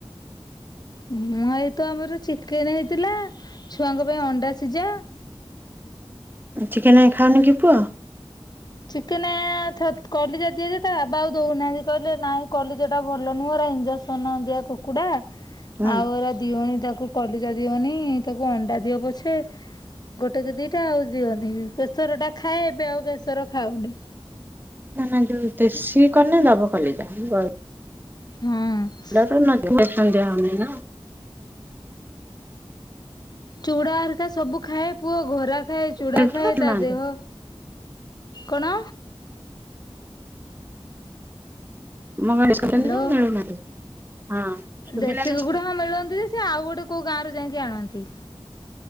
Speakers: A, on the left; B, on the right.
A: ମୁଁ ଏଇତ ଆମର ଚିକେନ୍ ହେଇଥିଲା, ଛୁଆଙ୍କ ପାଇଁ ଅଣ୍ଡା ସିଜା।
B: ଚିକେନେ ଖାଉନି କି ପୁଅ।
A: ଚିକେନେ-ଏ-ଏ ଥେ କଲିଜା ଦିଏ ଯେ ତା ବାବା ଆଉ ଦଉନାହାନ୍ତି କହିଲେ ନାଇଁ କଲିଜାଟା ଭଲ ନୁହଁ ହେରା ଇଞ୍ଜ ଜେନ୍ସନ ଦିଆ କୁକୁଡ଼ା
B: ହୁଁ।
A: ଆଉ ଏଗୁରା ଦିଅନା ତାକୁ। କଲିଜା ଦିଅନି ତାକୁ ଅଣ୍ଡା ଦିଅ ପଛେ। ଗୋଟେ କି ଦିଟା ଆଉ ଦିଅନି। କେଶର ଟା ଖାଏ ଏବେ ଆଉ କେଶର ଖାଉନି।
B: ନା ନା ଯୋଉ ଦେଶୀ କନେ ଦବ କଲେଜ ଦ
A: ହଁ,
B: ତାପରେ ନ ଦିଅ <inaudible>
A: ଚୁଡ଼ାହେରିକା ସବୁ ଖାଏ ପୁଅ ଘୋରା ଖାଏ ଚୁଡା
B: ମିଳୁଛି
A: ଖାଏ
B: ନା ମିଳୁନାହାନ୍ତି
A: ତା ଦେହ କଣ?
B: <unintelligible>
A: ହାଲୋ,
B: ମିଳୁନାହାନ୍ତି ହଁ। ଶୁଭିଲା
A: ଦେଶୀ
B: ନା
A: କୁକୁଡ଼ା
B: ମୋ
A: ହଁ ମିଳନ୍ତି ଯେ ଯେ ଆଉ ଗୋଟେ କୋଉ ଗାଁରୁ ଯାଇକି ଆଣନ୍ତି।